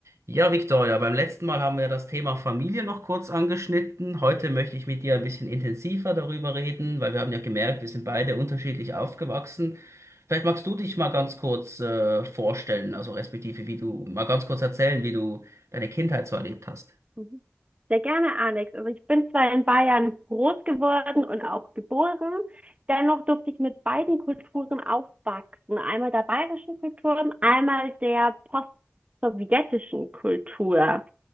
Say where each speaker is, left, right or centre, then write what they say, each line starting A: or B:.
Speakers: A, on the right; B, on the right.
A: Ja, Victoria, beim letzten Mal haben wir das Thema Familie noch kurz angeschnitten. Heute möchte ich mit dir ein bisschen intensiver darüber reden, weil wir haben ja gemerkt, wir sind beide unterschiedlich aufgewachsen. Vielleicht magst du dich mal ganz kurz äh, vorstellen, also respektive wie du, mal ganz kurz erzählen, wie du deine Kindheit so erlebt hast.
B: Mhm. Sehr gerne, Alex. Also ich bin zwar in Bayern groß geworden und auch geboren, dennoch durfte ich mit beiden Kulturen aufwachsen. Einmal der bayerischen Kultur und einmal der post-sowjetischen Kultur.